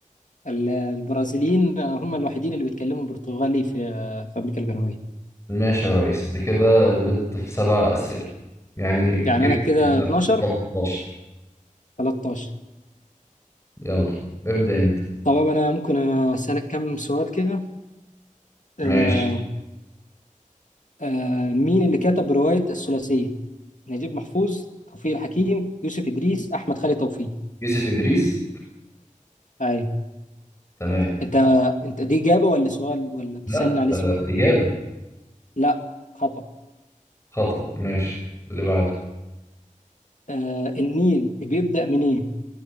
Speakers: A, on the left; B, on the left.
A: ال- البرازيليين آه، هم الوحيدين اللي بيتكلموا برتغالي في آه، في أمريكا الجنوبية
B: ماشي يا ريس أنت كده غلطت في سبع أسئلة يعني
A: يعني
B: جبت
A: أنا كده
B: كده
A: 12
B: 13
A: 13
B: يلا ابدأ أنت
A: طبعا أنا ممكن أسألك كم سؤال كده آه
B: ماشي
A: آه مين اللي كتب رواية الثلاثية؟ نجيب محفوظ، توفيق الحكيم، يوسف إدريس، أحمد خالد توفيق.
B: يوسف إدريس
A: أيوة
B: تمام
A: أنت أنت دي إجابة ولا سؤال ولا بتسألني
B: لا
A: على
B: آه
A: اسمه؟
B: إجابة
A: لا خطأ.
B: خطأ ماشي اللي بعده
A: آه النيل بيبدأ منين؟